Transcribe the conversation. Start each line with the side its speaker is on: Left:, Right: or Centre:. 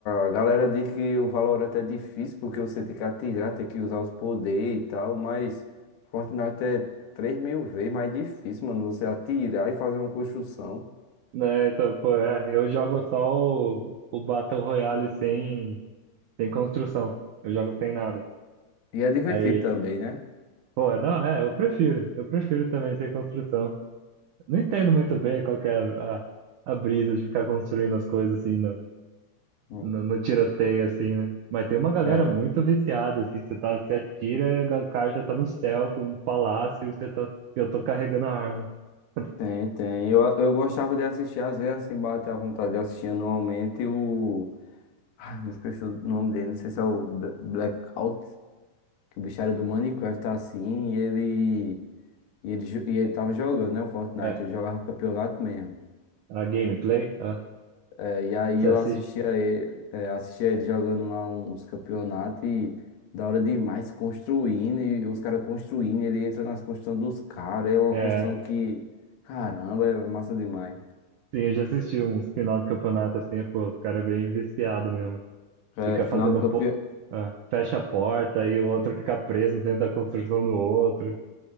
Left: a galera diz que o Valorant é difícil porque você tem que atirar, tem que usar os poderes e tal, mas Fortnite é três mil vezes mais difícil, mano. Você atirar e fazer uma construção.
Right: né, então, pô, é, eu jogo só o, o Battle Royale sem, sem construção. Eu jogo sem nada.
Left: E é divertido
Right: Aí,
Left: também, né?
Right: pô, é, da- é, eu prefiro. Eu prefiro também sem construção. Não entendo muito bem qual que é a, a, a brisa de ficar construindo as coisas assim,
Left: Hum,
Right: no, no tiroteio, assim, né? Mas tem uma galera
Left: É,
Right: muito viciada, assim, você tá, você atira e o cara já tá no céu com um palácio e você tá, eu tô carregando a arma. <laughs>
Left: Tem, tem. Eu, eu gostava de assistir, às vezes assim, bate a vontade de assistir anualmente o. Ah, me esqueci o nome dele, não sei se é o Bla- Blackout, que o bicho era do Minecraft tá assim, e ele. E ele, jo- e ele tava jogando, né? O Fortnite,
Right: É,
Left: ele jogava campeonato mesmo.
Right: a gameplay, ah,
Left: É, e aí
Right: você
Left: eu
Right: assiste?
Left: assistia ele, é, assistia ele jogando lá uns campeonatos e da hora demais construindo, e os caras construindo, ele entra nas construções dos caras, é uma
Right: É,
Left: construção que, caramba, é massa demais.
Right: sim, eu já assisti uns final de campeonato, assim, pô, o cara é bem viciado mesmo.
Left: É,
Right: Fica
Left: final
Right: fazendo,
Left: de campeão.
Right: po- ah, fecha a porta e o outro fica preso dentro da construção do outro.